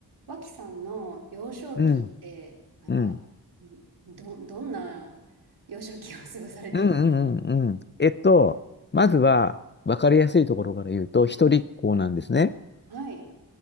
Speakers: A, on the right; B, on the left.
A: 脇さんの幼少期って、
B: うん、
A: なんか、
B: うん、
A: んど、どんな幼少期を過ごされたんです
B: うん、うん、うんうん。えっと、まずは、わかりやすいところから言うと、一人っ子なんですね。
A: かはい。